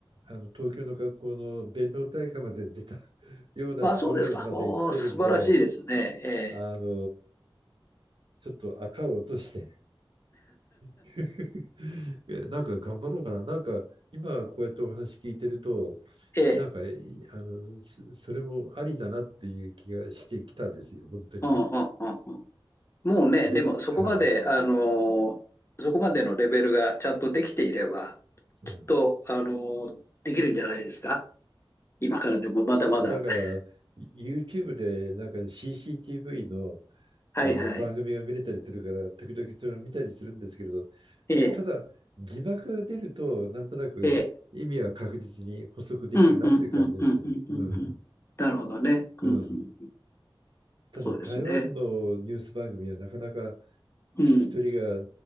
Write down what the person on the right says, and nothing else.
あの、東京の学校の弁論大会まで出た <laughs> ようなところまで行ってるんで、
あの、ちょっと赤を落として <laughs> いや、なんか頑張ろうかな。なんか今こうやってお話聞いてると、
なんか、えあの、そそれもありだなっていう気がしてきたですよ、本当に。
で、
はい。
うん。
だから、
YouTube でなんか CCTV の、
あの番組が見れたりするから、時々それを見たりするんですけれど、
ただ、字幕が出ると、なんとなく意味は確実に補足できるなっていう感じはしてます。
うん。
うん。
ただ台湾のニュース番組はなかなか
聞き取りがあ